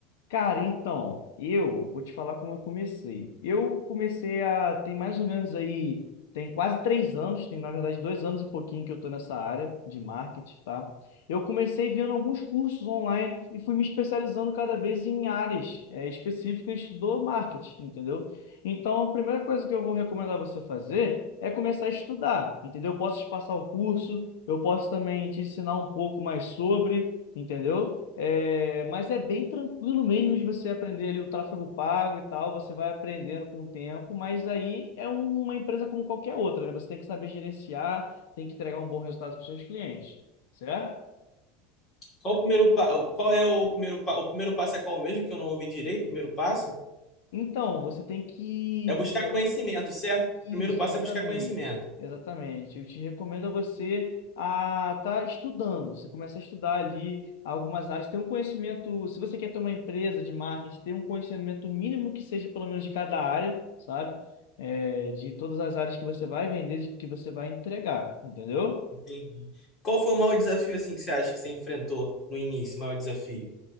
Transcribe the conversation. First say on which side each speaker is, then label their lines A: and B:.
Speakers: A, on the left (about 85°); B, on the left (about 25°).
A: Cara, então, eu vou te falar como eu comecei. Eu comecei a, tem mais ou menos aí, tem quase três anos, tem na verdade dois anos e pouquinho que eu estou nessa área de marketing, tá? Eu comecei vendo alguns cursos online e fui me especializando cada vez em áreas, eh, específicas do marketing, entendeu? Então, a primeira coisa que eu vou recomendar você fazer é começar a estudar, entendeu? Eu posso te passar o curso, eu posso também te ensinar um pouco mais sobre entendeu? É, mas é bem tranquilo mesmo de você aprender ali o tráfego pago e tal, você vai aprendendo com o tempo, mas aí é um- uma empresa como qualquer outra, né? Você tem que saber gerenciar, tem que entregar um bom resultado para os seus clientes, certo?
B: Qual o primeiro pa... Qual é o primeiro pa... O primeiro passo é qual mesmo que eu não ouvi direito? O primeiro passo
A: Então, você tem que
B: é buscar conhecimento, certo? O
A: Isso,
B: primeiro passo
A: exatamente.
B: é buscar conhecimento.
A: Exatamente. Eu te recomendo a você a estar estudando. Você começa a estudar ali algumas áreas, ter um conhecimento, se você quer ter uma empresa de marketing, ter um conhecimento mínimo que seja pelo menos de cada área, sabe? É, de todas as áreas que você vai vender, de que você vai entregar, entendeu?
B: Entendi. Qual foi o maior desafio assim que você acha que você enfrentou no início? O maior desafio?